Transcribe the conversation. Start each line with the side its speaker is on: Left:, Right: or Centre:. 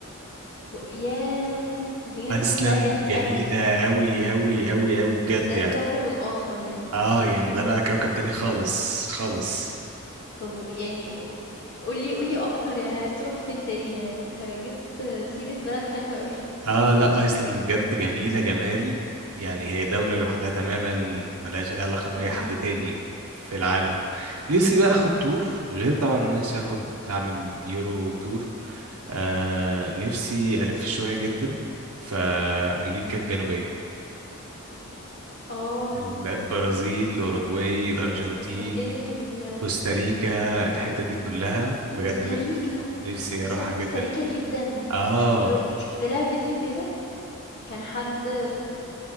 Left: و ياه! أنت كده
Right: ايسلند
Left: رُحت بقى بعيد
Right: جميلة
Left: أوي،
Right: أوي أوي أوي أوي بجد
Left: ده
Right: يعني
Left: الكوكب الآخر يعني.
Right: اه يعني ده بقى كوكب تاني خالص خالص
Left: طب و يعني و قُل لي قُل لي أكتر يعني عايز تروح فين تاني؟ أنت جِبت سيرة بلد حلوة أوي.
Right: اه لا ايسلند بجد جميلة جمال يعني هي دولة لوحدها تماما ملهاش اي علاقة بأي
Left: إمم.
Right: حد تاني في العالم نفسي بقى اخد تور غير طبعا إن انا نفسي اخد اعمل يورو تور آه نفسي الف شوية جدا في امريكا الجنوبية
Left: آه،
Right: البرازيل الاوروغواي الارجنتين
Left: فكّرتني بال
Right: كوستاريكا
Left: بالمناطق
Right: الحتة
Left: دي.
Right: دي كلها بجد
Left: كوستاريكا،
Right: ن- نفسي
Left: نِفْسي
Right: اروحها
Left: أروح كوستاريكا
Right: جدا
Left: جدًا.
Right: اه
Left: كنت شُفت ل شُفت لها فيديو كده، كان حد